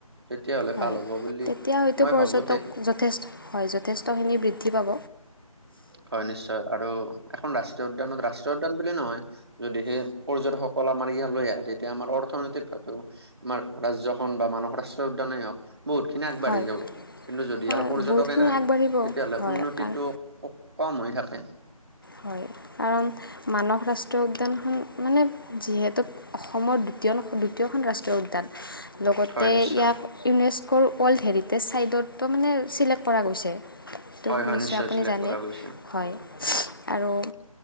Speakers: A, on the right; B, on the left.
A: তেতিয়াহ'লে
B: হয়
A: ভাল হ'ব বুলি
B: তেতিয়া হয়তো
A: মই
B: পৰ্যটক
A: ভাবোতে
B: যথেষ্ট হয় যথেষ্ট যথেষ্ট খিনি বৃদ্ধি পাব
A: হয় নিশ্চয় আৰু এখন ৰাষ্ট্ৰীয় উদ্যানত ৰাষ্ট্ৰীয় উদ্যান বুলি নহয় যদি সেই পৰ্যটকসকল আমাৰ ইয়াত লৈ আহে তেতিয়া আমাৰ অৰ্থনৈতিক ভাৱে ৰাজ্যখন বা মানস ৰাষ্ট্ৰ উদ্যানেই হওক বহুতখিনি আগবাঢ়ি
B: হয়
A: যাব কিন্তু যদি
B: হয়
A: পৰ্যটকে
B: বহুতখিনি
A: নাই
B: আগবাঢ়িব
A: তেতিয়াহ'লে
B: হয়
A: উন্নতিটো
B: কাৰণ
A: কম হৈ থাকে
B: হয় কাৰণ মানৱ ৰাষ্ট্ৰীয় উদ্যানখন মানে যিহেতু অসমৰ দ্বিতীয় দ্বিতীয়খন ৰাষ্ট্ৰীয় উদ্যান লগতে
A: হয় নিশ্চয়
B: ইয়াক ইউনেস্ক ৱৰ্ল্ড হেৰিটেজ চাইটতটো মানে চিলেক্ট কৰা গৈছে টো
A: হয় হয়
B: নিশ্চয় আপুনি
A: চিলেক্ট
B: জানে
A: কৰা গৈছে
B: হয় আৰু